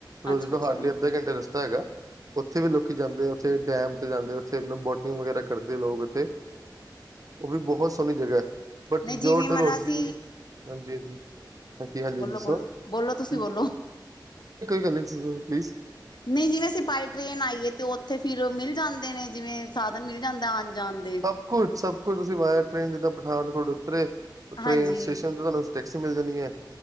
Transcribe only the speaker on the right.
ਡਲਹੌਜੀ
ਤੋਂ
ਹਾਰਡਲੀ ਅੱਧਾ ਘੰਟੇ ਦਾ ਰਸਤਾ ਹੈਗਾ ਉੱਥੇ ਵੀ ਲੋਕੀ ਜਾਂਦੇ ਉਥੇ ਡੈਮ ਤੇ ਜਾਂਦੇ ਉਥੇ ਬੋਟਿੰਗ ਵਗੈਰਾ ਕਰਦੇ ਲੋਕ ਉਥੇ। ਉਹ ਵੀ ਬਹੁਤ ਸੋਹਣੀ ਜਗ੍ਹਾ ਹੈ ਬਟ
ਜੋ ਡਲਹੋਜੀ
ਹਾਂਜੀ- ਹਾਂਜੀ। ਹਾਂਜੀ- ਹਾਂਜੀ- ਹਾਂਜੀ
ਦੱਸੋ
ਕੋਈ
ਗੱਲ ਨੀ ਦੱਸੋ ਪਲੀਜ਼
ਸਭ ਕੁਛ ਸਭ ਕੁੱਛ ਤੁਸੀਂ ਬਾਏ ਟ੍ਰੇਨ ਜਿੱਦਾਂ ਪਠਾਨਕੋਟ ਉਤਰੇ ਟ੍ਰੇਨ
ਸਟੇਸ਼ਨ ਤੇ ਤੁਹਾਨੂੰ ਟੈਕਸੀ ਮਿਲ ਜਾਣੀ ਹੈ